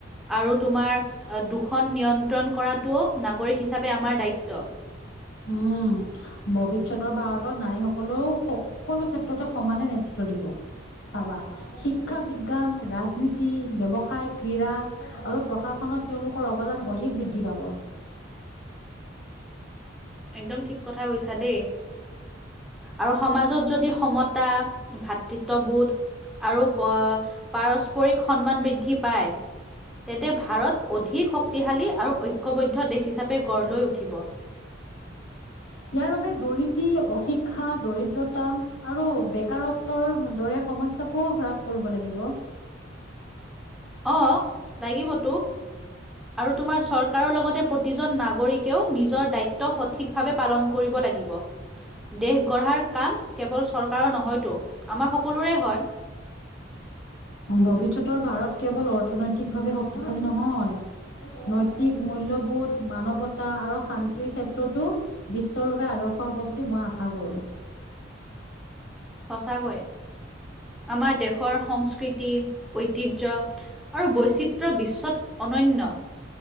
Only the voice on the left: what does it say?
উম, ভৱিষ্যতৰ ভাৰতত নাৰীসকলেও, সকলো ক্ষেত্ৰতে সমানে নেতৃত্ব দিব। চাবা। শিক্ষা, বিজ্ঞান ৰাজনীতি ব্যৱসায় ক্ৰীড়া আৰু প্ৰশাসনত তেওঁলোকৰ অৱদান অধিক বৃদ্ধি পাব।
ইয়াৰ বাবে দুৰ্নীতি অহিংসা দৰিদ্ৰতা আৰু বেকাৰত্বৰ দৰে সমস্যাকো হ্ৰাস কৰিব লাগিব।
ভৱিষ্যতৰ ভাৰত কেৱল অৰ্থনৈতিক ভাৱে শক্তিশালী নহয় নৈতিক মূল্যবোধ মানৱতা আৰু শান্তিৰ ক্ষেত্ৰতো বিশ্বৰ বাবে আদৰ্শ হব বুলি মই আশা কৰো।